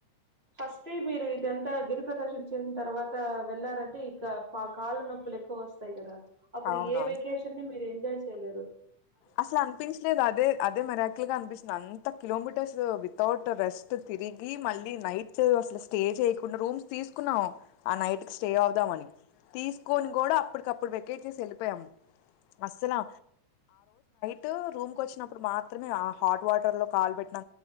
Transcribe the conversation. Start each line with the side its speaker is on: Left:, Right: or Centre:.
Right: ఫస్ట్ మీరు ఇదంతా గిరిప్రకాశన చేసిన తర్వాత వెళ్లారంటే ఇక కాళ్ళ నొప్పులు ఎక్కువ వస్తాయి కదా అప్పుడు
Left: అవునవును
Right: ఏ వెకేషన్ని ని మీరు ఎంజాయ్ తెలిదు
Left: అసలు అనిపించలేదు అదే అదే మీరాక్ కిల్ అనిపిస్తుంది అంత కిలోమీటర్స్ వితౌట్ రెస్ట్ తిరిగి మళ్ళీ నైట్ అసలు స్టే చేయకుండా రూమ్స్ తీసుకున్నాం ఆ నైట్ కి స్టే అవుదాంమని తీసుకొని కూడా అప్పటికప్పుడు వేకెట్ చేసి వెళ్ళిపోయాం అస్సలా టు రూమ్ కు వచ్చినప్పుడు మాత్రమే ఆ హాట్ వాటర్ లో కాలు పెట్టి